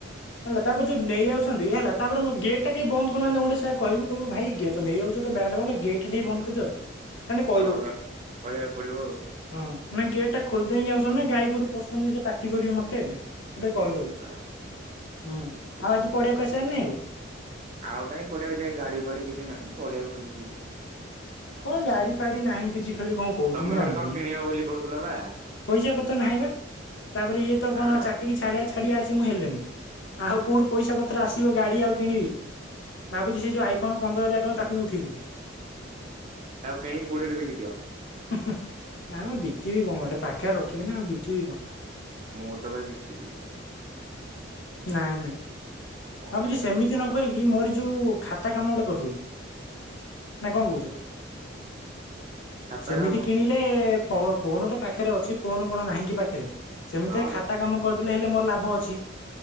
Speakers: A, on the left; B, on the right.
A: ହେଲା ତାପରେ ଯୋଉ ନେଇ ଯାଉଛନ୍ତି ହେଲା ତାପରେ ମୋ ଗେଟଟା କାଇଁ ବନ୍ଦ କରୁନାହାନ୍ତି ତାଙ୍କୁ ଟିକେ ସେୟା କହିବୁ। କହିବୁ ଭାଇ ଗେ ସ ନେଇଯାଉଚ ତ ବ୍ୟାଟ୍ ବଲ ଗେଟଟା ଟିକେ ବନ୍ଦ କରି ଯଅ। ତାଙ୍କୁ ଟିକେ କହିଦୋବୁ
B: ଓହୋ କହିବାକୁ ପଡିବ
A: ହଁ ନାଇ ଗେଟଟା ଖୋଲି ଦେଇକି ଆଉଛନ୍ତି ନା ଗାଈ ଗୋରୁ ପସ୍ ସୁଚନ୍ତି ସେ ପାଟି କରିବେ ମତେ ତୁ ଟିକେ କହିଦୋବୁ।
B: ଆଉ
A: ହୁଁ ଆଉ ଆଜି ପଡିଆକୁ ଆସିବାର ନାହିଁ ଆଉ?
B: ଆଉ କାଇଁ ପଡିଆକୁ ଯିମି ଗାଡି ଫାଡି କିଛି ନାହିଁ ପଡିଆକୁ ଖାଲି ଯିବି।
A: କଣ ଗାଡି ଫାଡି ନାହିଁ କିଛି ଖାଲି କଣ କୋହୁଚୁ
B: ତମେ
A: ମୁଁ ଜାଣିପାରୁନି
B: ଗୋଟେ କଣ କିଣିବ ବୋଲି କହୁଥିଲ ବା
A: ପଇସା ପତ୍ର ନାହିଁ ପା। ତାପରେ ଇଏ ତ କଣ
B: ଆଁ
A: ଚାକିରି ଛାଡିଆ ଛାଡିଆ ଆସି ମୁଁ ହେଲିଣି ଆଉ କୋଉଠୁ ପଇସା ପତ୍ର ଆସିବ ଗାଡି ଆଉ କିଣିବି ଭାବୁଚି ସେଇ ଯୋଉ ଆଇ ଫୋନ ପନ୍ଦର ହଜାର ଟଙ୍କା ତାକୁ ହିଁ ଉଠେଇଦେବି।
B: ତାକୁ କିଣିକି କୋଡିଏରେ ବିକିଦିଅ।
A: ହୁଁ ହୁଁ ନାଇଁ ମ ବିକିବି କଣ ଗୋଟେ ପାଖରେ ରଖିବି ନା ଆଉ ବିକିବି କଁ।
B: ମୁଁ ତ ଭାଇ ବିକି ଦେଇଥାନ୍ତି।
A: ନାଇଁ ନାଇଁ
B: କଣ
A: ଭାବୁଚି
B: ନାହିଁ
A: ସେମିତି
B: ମ
A: ନ କରି କି ମୋରି ଯୋଉ ଖାତା କାମ ଗୋଟେ କରିଦେବି ନା କଣ କୋହୁଚ?
B: ଖାତା
A: ସେମିତି
B: କାମ
A: କିଣି ଲେ ପ ଫୋନ ତ ପାଖେରେ ଅଛି ଫୋନ କଣ ନାହିଁ କି ପାଖେରେ ସେମିତି
B: ହଁ
A: ଏ ଖାତା କାମ କରିଦେଲେ ହେଲେ ମୋର ଲାଭ ଅଛି।